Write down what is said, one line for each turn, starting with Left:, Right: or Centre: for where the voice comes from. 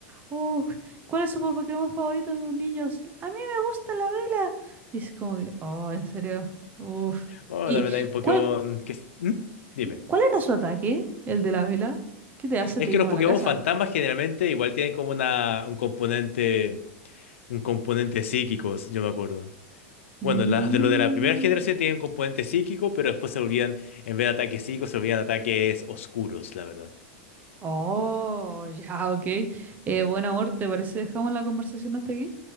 Right: oh, ¿cuál es su Pokémon favorito de los niños? A mí me gusta la vela. Y es como que, oh, en serio. Uf.
Left: Bueno,
Right: ¿Y
Left: también hay un Pokémon
Right: cuál?
Left: que... ¿Mm? Dime.
Right: ¿Cuál era su ataque? ¿El de la vela? ¿Qué te hace?
Left: Es
Right: Te
Left: que
Right: quema
Left: los Pokémon
Right: la casa.
Left: fantasmas generalmente igual tienen como una, un componente, un componente psíquico, si yo me acuerdo.
Right: Mm.
Left: Bueno, las de lo de la primera generación tienen componente psíquico, pero después se olvidan, en vez de ataques psíquicos, se olvidan ataques oscuros, la verdad.
Right: Oh, <laughs> ya, ok. Eh, buen amor, ¿te parece? Dejamos la conversación hasta aquí.